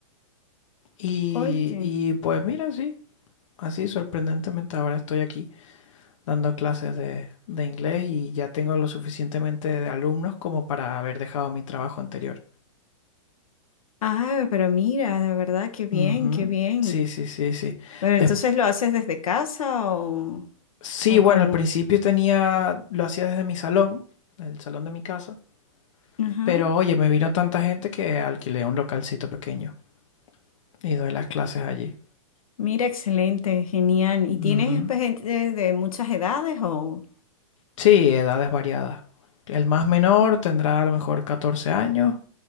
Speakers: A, on the left; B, on the left.
A: Y,
B: oye.
A: y pues mira, sí, así sorprendentemente ahora estoy aquí dando clases de, de inglés y ya tengo lo suficientemente de alumnos como para haber dejado mi trabajo anterior.
B: Ah, pero mira, de verdad, qué bien,
A: Ujú.
B: qué bien.
A: Sí, sí, sí, sí.
B: Pero
A: Des-
B: entonces lo haces desde casa o,
A: sí,
B: o
A: bueno,
B: cómo?
A: al principio tenía, lo hacía desde mi salón, el salón de mi casa,
B: Ajá.
A: pero oye, me vino tanta gente que alquilé un localcito pequeño y doy las clases allí.
B: Mira, excelente, genial. ¿Y
A: Ujú.
B: tienes pues, gente de muchas edades o...?
A: Sí, edades variadas. El más menor tendrá a lo mejor 14 años